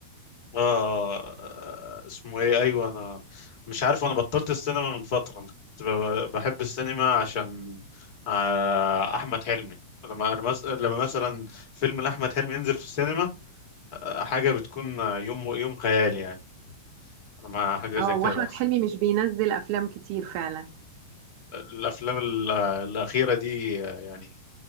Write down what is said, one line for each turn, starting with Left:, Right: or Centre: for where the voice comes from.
Left: آه... آه، اسمه ايه ايوه انا مش عارف انا بطلت السينما من فتره أنا كنت ب- بحب السينما عشان آه... احمد حلمي لما لما مس- لما مثلا فيلم لاحمد حلمي ينزل في السينما آه، حاجه بتكون آه، يوم يوم خيال يعني مع حاجه
Right: اه
Left: زي كده
Right: واحمد
Left: تحصل
Right: حلمي مش بينزل افلام كتير فعلا
Left: الافلام ال- الاخيره دي آه، يعني